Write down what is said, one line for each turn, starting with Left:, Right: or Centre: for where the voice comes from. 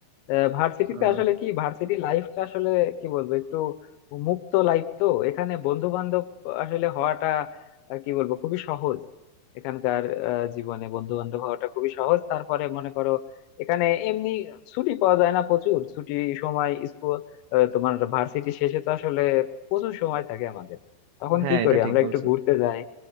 Left: আহ, ভার্সিটিতে
Right: আহ,
Left: আসলে কি ভার্সিটি লাইফটা আসলে কি বলবো একটু মুক্ত লাইফ তো এখানে বন্ধু বান্ধব আসলে হওয়াটা আহ, কি বলবো খুবই সহজ এখানকার আহ, জীবনে বন্ধু বান্ধব হওয়াটা খুবই সহজ তারপরে মনে করো এখানে এমনি ছুটি পাওয়া যায় না প্রচুর ছুটি সময় স্কুল আহ, তোমার ভার্সিটি শেষে তো আসলে প্রচুর সময় থাকে আমাদের তখন
Right: হ্যাঁ
Left: কি
Right: এটা
Left: করি
Right: ঠিক
Left: আমরা
Right: বলছো
Left: একটু ঘুরতে যাই